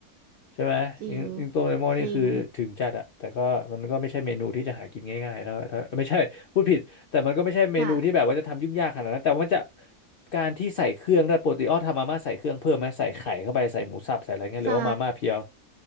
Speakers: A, on the left; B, on the right.
A: ใช่ไหมยิงอิงต้มเลมอนนี่คือถึงจัดอะแต่ก็มันก็ไม่ใช่เมนูที่จะหากินง่ายๆแล้วถ้าไม่ใช่พูดผิดแต่มันก็ไม่ใช่เมนูที่แบบว่าจะทำยุ่งยากขนาดนั้นแต่ว่ามันจะ
B: จริงจริงค่ะ
A: การที่ใส่เครื่องได้วยปกติอ้อทำมาม่าใส่เครื่องเพิ่มไหมใส่ไข่เข้าไปใส่หมูสับใส่อะไรเงี้ยหรือว่ามาม่าเพียว
B: ใส่